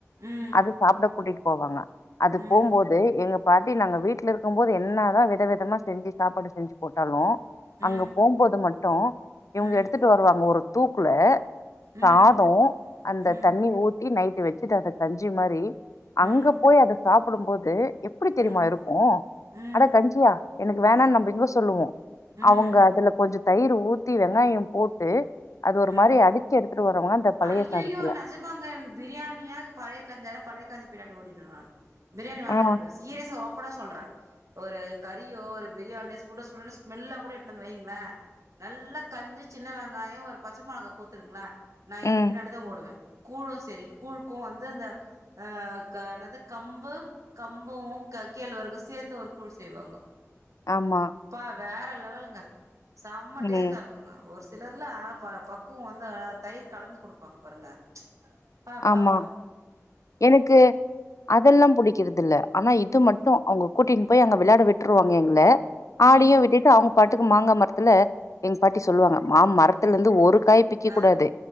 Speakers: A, on the right; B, on the left.
A: ம்
B: அது சாப்ட கூடிட்டு போவாங்க அது
A: ம்
B: போபோது து எங்க பாட்டி நாங்க வீட்ல இருக்கு போது என்னாதா வித விதமா செஞ்சு சாப்பாடு செஞ்சு போட்டாலு
A: ம்
B: அங்க போம் போது மட்டு
A: ம் ம்
B: இவ்ங்க எடுத்துட்டு வருவாங்க ஒரு தூக்குல
A: ம்
B: சாதோ அந்த
A: ம்
B: தண்ணி ஊத்தி நைட்டு வச்சிட்டு அத கஞ்சி மாரி அங்க
A: ம்
B: போய் அத சாப்புடு போது எப்டி தெரியுமா
A: ம்
B: இருக் கு
A: ம்
B: அட கஞ்சியா எனக்கு வேணான் நம்ப இங்க சொல்லுவோ
A: ம்
B: அவுங்க அதுல கொஞ்ச தயிர் ஊத்தி வெங்காய போட்டு அது ஒரு
A: ம்
B: மாரி அடிச்சு எடுத்துட்டு வரு வாங்க அந்த பழைய
A: ஐயையோ
B: சாதத்துல
A: நெஜமாங்க எனக்கு பிரியாணியா பழைய கஞ்சியான பழைய கஞ்சி பின்னாடி ஓடிடுவே நானு பிரியாணி வேணானிடுவ
B: ஆ
A: ஈரியசா ஓப்பனா சொல்ற ஒரு கறியோ ஒரு பிரியாணியோ சுட சுடன்னு ஸ்மெல்லா கூட எடுத்துனுந்து வைங்ளே நல்லா கஞ்சி சின்ன வெங்காய ஒரு பச்ச மொளகா குடுத்துருங்ள நா இது
B: ம்
A: பின்னாடி க ஓடுவே கூழு சரி கூழுக்கு வந்து அந்த அ என்னது கம்பு கம்பு கே கேழ்வரகு சேர்ந்து ஒரு கூழ் செய்வாங்க
B: ஆமா
A: ப்பா வேற லெவலுங்க செம்ம டேஸ்ட்டா
B: ம்
A: இருக்கு ங்க ஒரு சிலர்லா ப பக்குவ வந்தா தயிர் கலந்து குடுப்பாங்க பாருங்க அப்பாப்பாப்பா
B: ஆமா எனக்கு அதெல்லா புடிக்கிறதுல்ல ஆனா இது
A: ம்
B: மட்டு அவுங்க கூட்டின்னு போய் அங்க விளாட விட்ருவாங்க எங்கள ஆடியு
A: ம்
B: விட்டுட்டு அவுங் க பாட்டுக்கு மாங்க மரத்துல எங்க பாட்டி சொல்லுவாங்க மா மரத்துல இருந்து ஒரு காய் பிக்கக்கூடாது
A: ஆ